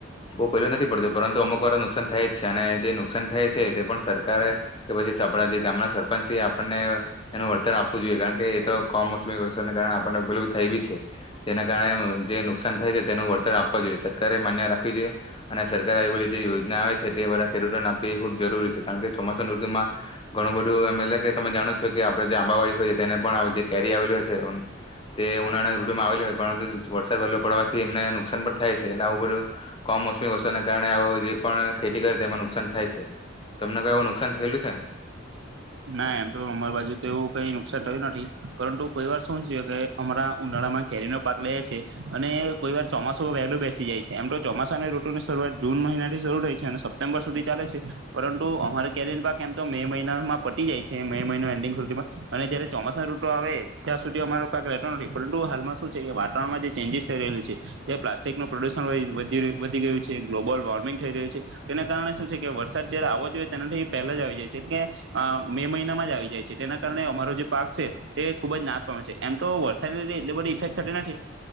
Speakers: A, on the left; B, on the right.
A: બહુ પહેલું નથી પડતું પરુ અમુક વાર નુકસાન થાય જ છે. ને જે નુકસાન થાય છે તે પણ સરકારે કે પછી આપડા જે ગામના સરપંચ છે આપણને એનું વળતર આપવું જોઈએ કારણ કે એ તો કોમ. કાર આપ બ. થી છે જેના કારણે જે નુકસાન થાય છે તેનું વળતર આપવા જોઈએ સરકારે માન્ય રાખવી જોઈએ અને સરકારારે આવી બી જે યોજના આવે છે. ખેતીવાળા ખેડૂતો ના એ ખુબ જરૂરી છે કારણ કે ચોમાસાનું માં ઘણું બધું એમ એટલે કે તમે જાણો છો કે આપડે જે આંબાવાડી હોય એને પણ આ બધી કેરી આવેલી હોય છે. તે ઉનાળા ઋટુમાં આવેલી હોય પરંતુ વરસાદ વહેલો પડવાથી એમને નુકસાન પણ થાય છે એટલે આવું બધું કમ મોસમી વરસાદના કારણે આવ જે પણ ખેતી કરે તેમાં નુકસાન થાય છે. તમને કોઈ એવું નુકસાન થયેલું છે?
B: ના એમ તો અમાર બાજુ તો એવું કઈ નુકસાન થયું નથી. પરંતુ કોઈ વાર શું છે કે અમારા ઉનાળામાં કેરીનો પાક લે છે અને કોઈ વાર ચોમાસું વહેલું બેસી જાય છે, એમ તો ચોમાસા ની ઋતુની શરૂઆત જૂન મહિના થી શરૂ થાય છે અને સપ્ટેમ્બર સુધી ચાલે છે પરંતુ અમારી કેરીનો પાક એમ તો મે મહિનામાં પતી જાય છે. મે મહિનો એન્ડિંગ હુધીમાં અને જયારે ચોમાસા રૂટો આવે ત્યાં સુધી અમારો ક્યાંક રહેતો નથી પરંતુ હાલમાં શું છે કે વાતાવરણમાં જે ચેન્જીિસ થઈ રહ્યું છે. જે પ્લાસ્ટિકનું પ્રદુષણ વય વધી વધી ગયું છે, ગ્લોબલ વોર્મિંગ થઈ રહ્યું છે તેના કારણે શું છે કે વરસાદ જયારે આવવો જોઈએ તેનાથી પહેલા જ આવી જાય છે એટલે અ મે મહિનામાં જ આવી જાય છે. તેના કારણે અમારો જે પાક છે તે ખુબ જ નાશ પામે છે. એમ તો વરસાદને લીધે એટલી બધી ઇફેક્ટ થતી નથી,